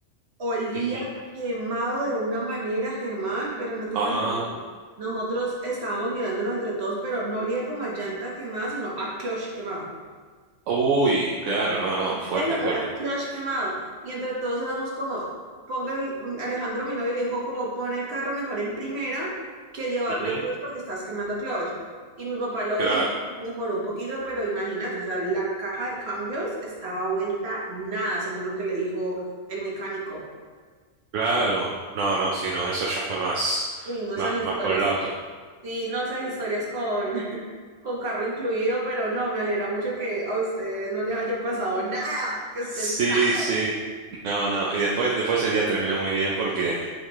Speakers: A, on the right; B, on the right.
A: Olía
B: Ujú.
A: quemado de una manera, Germán, pero no te
B: Ah,
A: imaginas. Nosotros estábamos mirándonos entre todos, pero no olía como a llanta quemada, sino a clutch quemado.
B: uy, claro, no, no, fuerte,
A: Ya el olor
B: fuerte.
A: a clutch quemado. Y entre todos éramos como, ponga el- Alejandro, mi novio, le dijo como, pon el carro mejor en primera que llevarlo
B: Ujú.
A: entonces porque estás quemando clutch. Y mi papá lo
B: Claro,
A: hizo, mejoró un poquito, pero imagínate, o sea, la caja de cambios estaba vuelta nada, según lo que le dijo el mecánico.
B: claro. No, no, sí, no, eso ya fue más,
A: Uy, no,
B: más,
A: esas historias.
B: más por el auto.
A: Sí, no esas historias con, <laughs> con carro incluido, pero no, me alegra mucho que a ustedes no les haya pasado nada, que
B: Sí,
A: estén sanos.
B: sí. No, no. Y después, después el día terminó muy bien porque